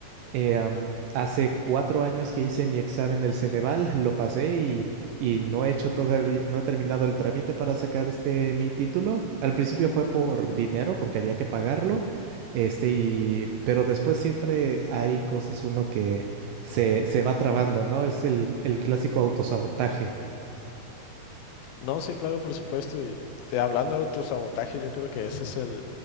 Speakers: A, on the right; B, on the left.
A: eh, am, hace cuatro años que hice mi examen del Ceneval, lo pasé y, y no he hecho todavía, no he terminado el trámite para sacar este mi título. Al principio fue por dinero, porque había que pagarlo, este, y, pero después siempre hay cosas uno que se, se va trabando, ¿no? Es el, el clásico autosabotaje.
B: No, sí, claro, por supuesto. Y eh, hablando de autosabotaje, yo creo que ese es el...